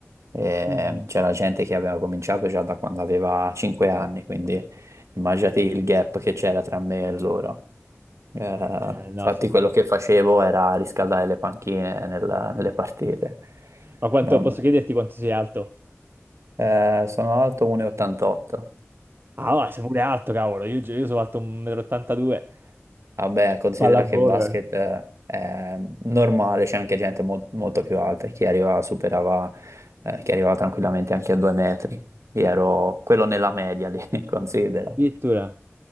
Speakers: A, on the right; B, on the right.
A: e
B: Mm.
A: c'era gente che aveva cominciato già da quando aveva 5 anni, quindi immaginate il gap che c'era tra me e loro. Eh,
B: Eh,
A: infatti
B: no, sì.
A: quello che facevo era riscaldare le panchine nel- nelle partite.
B: Ma quanto,
A: Non-
B: posso chiederti quanto sei alto?
A: eh, sono alto 1,88.
B: Ah, va, sei pure alto, cavolo. Io, io sono alto 1,82 m.
A: Vabbè, considera
B: Pallavolo,
A: che il basket
B: eh.
A: eh, è normale, c'è anche gente mol- molto più alta, chi arrivava superava, eh, chi arrivava tranquillamente anche a due metri. Io ero quello nella media lì, <laughs> considera.
B: Addirittura